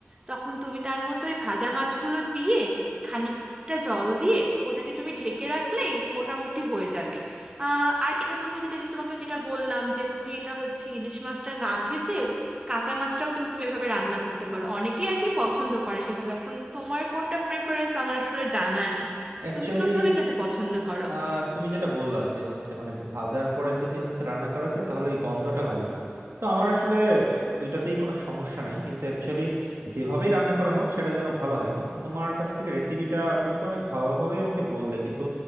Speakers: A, on the right (about 20°); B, on the right (about 80°).
A: তখন তুমি তার মতো ওই ভাজা মাছগুলো দিয়ে খানিকটা জল দিয়ে ওটাকে তুমি ঢেকে রাখলেই মোটামুটি হয়ে যাবে আহ, আর এটা তুমি যেটা যেটা তোমাকে যেটা বললাম যে তুমি এটা হচ্ছে ইলিশ মাছটা না ভেজেও কাঁচা মাছটাও কিন্তু তুমি এভাবে রান্না করতে পারো অনেকেই আর কি পছন্দ করে সেভাবে এখন তোমার কোনটা প্রেফারেন্স আমার আসলে জানা নেই
B: অ্যাকচুয়ালি
A: তুমি কোনভাবে খেতে পছন্দ করো
B: আহ তুমি যেটা বললা যে হচ্ছে মানে ভাজার পরে যদি হচ্ছে রান্না করা যায় তাহলে ওই গন্ধটা লাগে না তো আমার আসলে দুইটাতেই কোনো সমস্যা নাই কিন্তু অ্যাকচুয়ালি যেভাবেই রান্না করা হোক সেটা যেন ভালো হয় কিন্তু তোমার কাছ থেকে রেসিপিটা তুমি তো অনেক ভালোভাবেই আমাকে বললে কিন্তু